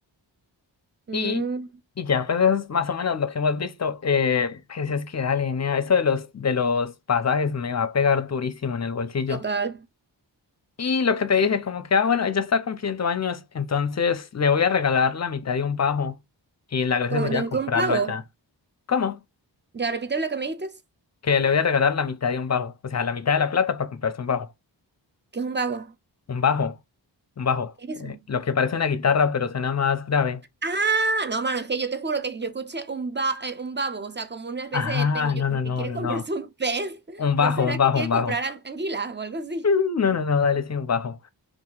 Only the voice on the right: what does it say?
Mm,
total.
Como
tengo
que un vago.
Ya repite lo que me dijiste,
que es un vago.
¿Qué es
eso?
Ah, no, mano, es que yo te juro que yo escuché un, ba- eh, un babo, o sea, como una especie
de pez. Y
yo, ¿por
qué quiere
comprarse
un pez?
¿No será
que quiere
comprar an- anguilas o algo así?